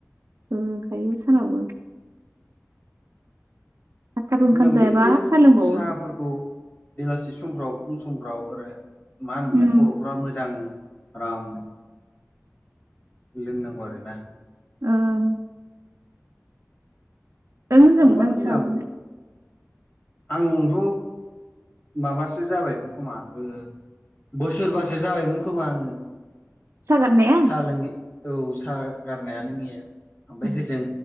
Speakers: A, on the right; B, on the left.
A: ओम थायो सानावबो आदथाबो ओंखाम
B: बुंनांलै
A: जायाबा
B: <unintelligible> बे
A: आरो साहा लोंबावो
B: साहाफोरखौ बेलासि समफ्राव फुं समफ्राव आरो मा होनोमोनलाय
A: उम
B: गथ'फोरा मोजां आराम लोंनांगौ आरोना
A: औ। बिराद मोजां
B: आंबा
A: मोनो आं
B: लोंना
A: सा लोंनो
B: आंथ' माबासो जाबाय खोमा ओ। बोसोरबासो जाबायमोन खोमा आङो
A: साहा गारनाया
B: साहा लोङैया औ साहा गारनाया लोङैया ओमफ्राय
A: उम
B: होजों